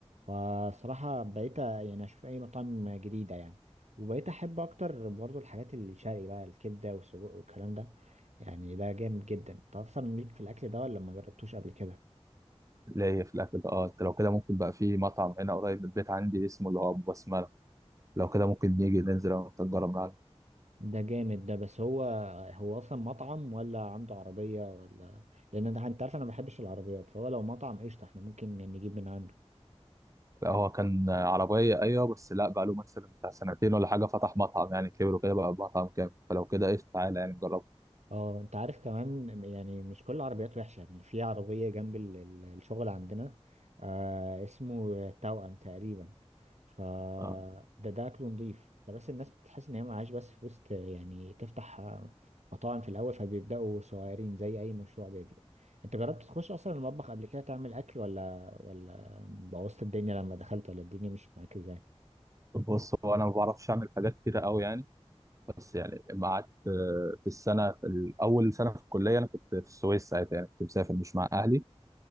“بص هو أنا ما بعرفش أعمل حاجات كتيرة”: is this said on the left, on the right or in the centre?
Right